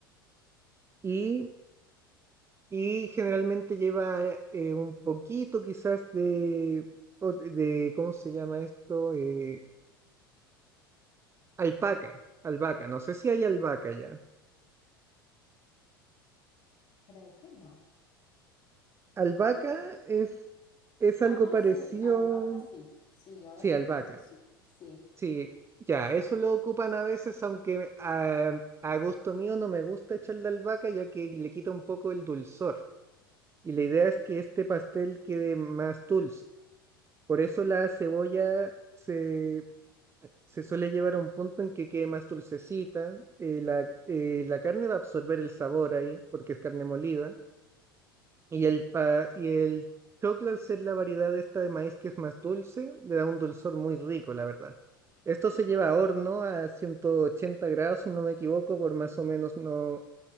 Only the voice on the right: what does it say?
y Y generalmente lleva eh, un poquito quizás de, o- de, ¿cómo se llama esto? Eh, alpaca, albahaca, no sé si hay albahaca ya.
Albahaca es, es algo
parecido,
sí,
albahaca,
sí, ya, eso lo ocupan a veces, aunque a, a gusto mío no me gusta echarle albahaca ya que le quita un poco el dulzor. Y la idea es que este pastel quede más dulce. Por eso la cebolla se se suele llevar a un punto en que quede más dulcecita, eh, la, eh, la carne va a absorber el sabor ahí, porque es carne molida, y el, pa- y el choclo al ser la variedad esta de maíz que es más dulce, le da un dulzor muy rico, la verdad. Esto se lleva a horno a 180 grados, si no me equivoco, por más o menos no,